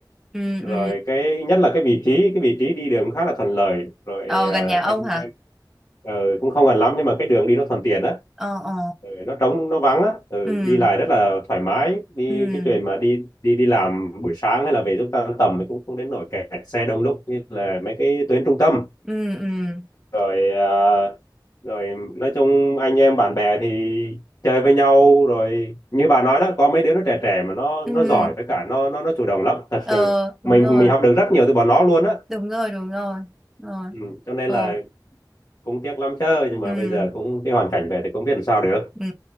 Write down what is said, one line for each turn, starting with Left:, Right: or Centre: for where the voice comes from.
Centre: ừ
Left: rồi
Centre: ừ
Left: cái nhất là cái vị trí cái vị trí đi đường khá là thuận lợi rồi
Centre: ờ
Left: à,
Centre: gần nhà ông
Left: anh
Centre: hả
Left: em ờ, cũng không gần lắm nhưng mà cái đường đi nó thuận tiện á
Centre: ờ ờ
Left: Ừ, nó trống nó vắng á ừ,
Centre: ừ
Left: đi lại rất là thoải mái đi
Centre: ừ
Left: cái chuyện mà đi đi đi làm buổi sáng hay là về lúc tan tầm thì cũng không đến nỗi kẹt xe đông đúc như là mấy cái tuyến trung tâm
Centre: ừ ừ
Left: rồi à, rồi nói chung anh em bạn bè thì chơi với nhau rồi như bà nói đó có mấy đứa nó trẻ trẻ mà nó
Centre: ừ
Left: nó giỏi với cả nó nó nó chủ động lắm thật
Centre: ờ
Left: sự
Centre: đúng
Left: mình
Centre: rồi
Left: mình học được rất nhiều từ bọn nó luôn á
Centre: đúng rồi đúng rồi rồi
Left: ừ, cho nên
Centre: ừ
Left: là cũng tiếc lắm chứ nhưng mà
Centre: ừ
Left: bây giờ cũng cái hoàn cảnh về thì cũng biết làm sao được
Centre: Ừ.